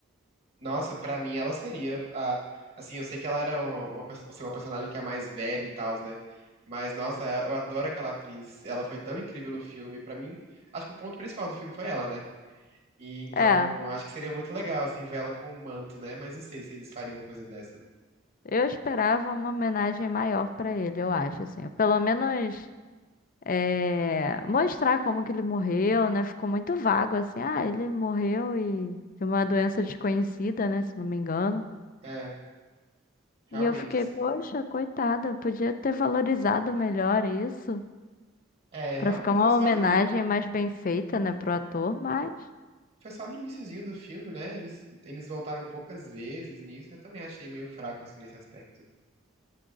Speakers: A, on the right; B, on the left.
A: Nossa, pra mim ela seria a- assim, eu sei que ela era uma, uma, perso- assim, uma personagem que é mais velha e tal, né? Mas, nossa, eu adoro aquela atriz. Ela foi tão incrível no filme. Pra mim, acho que o ponto principal do filme foi ela, né? E então,
B: É,
A: acho que seria muito legal, assim, vê-la com um manto, né? Mas não sei se eles fariam uma coisa dessa, né?
B: eu esperava uma homenagem maior pra ele, eu acho, assim. Pelo menos é, mostrar como que ele morreu, né? Ficou muito vago, assim. Ah, ele morreu e de uma doença desconhecida, né? Se não me engano.
A: É, realmente,
B: E eu fiquei,
A: assim.
B: poxa, coitada, podia ter valorizado melhor isso.
A: É, realmente,
B: Pra ficar
A: e
B: uma
A: foi só
B: homenagem
A: no,
B: mais bem feita, né, pro ator, mas.
A: foi só no iniciozinho do filme, né? Eles, eles voltaram poucas vezes nisso. Eu também achei meio fraco, assim, nesse aspecto.